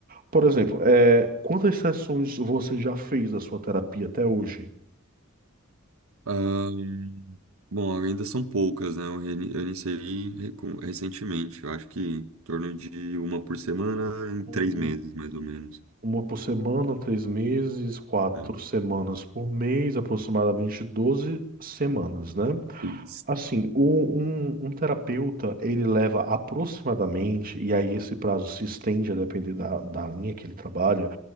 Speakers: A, on the right (about 40°); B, on the right (about 75°).
A: Por exemplo, é, quantas sessões você já fez da sua terapia até hoje?
B: Ahn, bom, ainda são poucas, né? Eu, reini- eu iniciei recu- recentemente, eu acho que em torno de uma por semana em três
A: Uhum.
B: meses, mais ou menos.
A: Uma por semana, três meses, quatro
B: É.
A: semanas por mês, aproximadamente 12 semanas, né?
B: Isso.
A: Assim, o- um, um terapeuta, ele leva aproximadamente, e aí esse prazo se estende a depender da, da linha que ele trabalha,